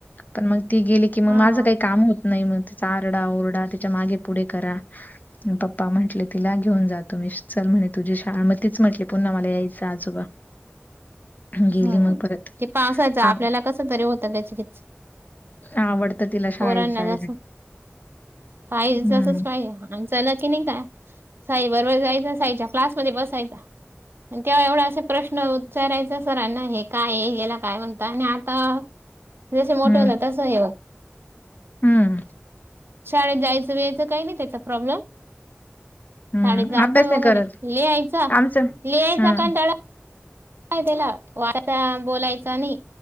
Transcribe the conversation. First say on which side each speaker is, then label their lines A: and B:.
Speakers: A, on the left; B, on the right.
A: पण मग ती गेली की मग
B: हा
A: माझं काही काम होत. नाही मग तिचा आरडा ओरडा तिच्या मागे पुढे करा. पप्पा म्हटले तिला घेऊन जातो मी. चल म्हणे तुझी शाळा मं तीच म्हटली पुन्हा मला यायचं आजोबा. गेली
B: हम
A: मग परत
B: ते पावसाचं आपल्याला
A: आ-
B: कस तरी होतं गचगच.
A: आवडतं तिला शाळेत
B: पोरांना
A: जायला
B: असच पाहिजे
A: हम्म
B: तसंच पाहिजे म्हणायचं. त्याला की नाही का साई बरोबर जायचं साईच्या क्लास मध्ये बसायचा. तेव्हा एवढा असा प्रश्न उच्चा रायचा. सर हे काय येला काय म्हणता आणि आता जसे मोठे
A: हम्म
B: होता तसं हे.
A: हम्म
B: शाळेत जायचं बियचं काही नाही त्याचा प्रॉब्लेम.
A: हम्म
B: शाळेत जातोय
A: अभ्यास नाही
B: वगैरे
A: करत
B: लिहायचा
A: आमचं
B: लिहायचा
A: हं
B: कंटाळा. काय त्याला वाचा बोलायचा नहि